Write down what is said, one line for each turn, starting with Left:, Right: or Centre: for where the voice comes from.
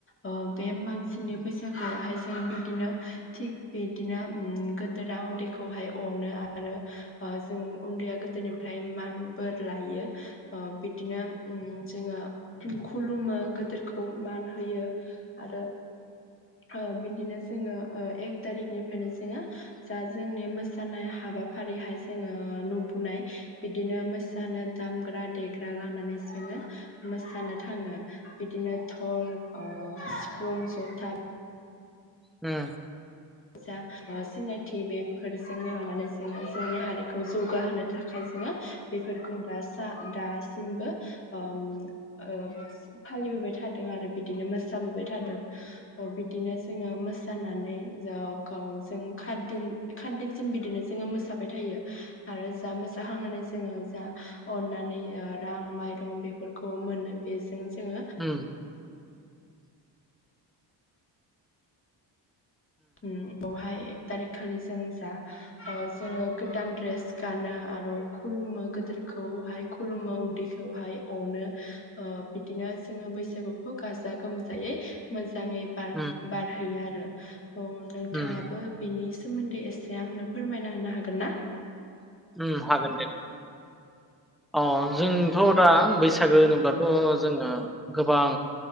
Left: अ बे मानसिनि बैसागुआवहाय जों बिदिनो थिग बिदिनो उम गोदोरा उन्दैखौहाय अनो आरो ओ जों उन्दैया गोदोनिफ्राय मान बोर लायो ओ बिदिनो जोङो खुलुमो गोदोरखौ मान होयो आरो ओ बिदिनो जोङो ओ एक थारिखनिफ्रायनो जोङो जा जोंनि मोसानाय हाबा फारिहाय जोङो नुबोनाय बिदिनो मोसानो दामग्रा देग ग्रा लानानै जोङो मोसानो थाङो बिदिनो धल अ <unintelligible> जथा
Centre: उम
Left: जा सिनायथि बेफोरजोंनो लानानै जोङो जोंनि हारिखौ जौगाहोनो थाख खाय जोङो बेफोरखौ दा सा दासिमबो ओ ओ फालिबोबाय थादों आरो बिदिनो मोसाबोबाय थादों। अ बिदिनो जोङो मोसानानै जाखौ जों खात दिन खात दिनसिम बिदिनो जोङो मोसाबाय थायो। आरो जा मोजाखांनानै जा जोङो जा अननानै ओ रां माइरं बेफोरखौ मोनो बेजों जोङो
Centre: उम
Left: बावहाय एक थारिख खालि जों जा ओ जोङो गोदान द्रेस गानो आरो खुलुमो गोदोरखौहाय खुलुमो उन्दैखौहाय अनो। अ बिदिनो जोङो बैसागुखौ गाजा गोमजायै मोजां ङै बार-बारहैयो
Centre: उम उम
Left: आरो <inaudible> अ नोंथाङाबो
Centre: उम
Left: बेनि सोमोन्दै एसे आंनो फोरमायना होनो हागोन ना?
Centre: उम हागोन दे अ जोंथ'
Left: औ
Centre: दा बैसागो होनोब्लाथ' जोङो गोबां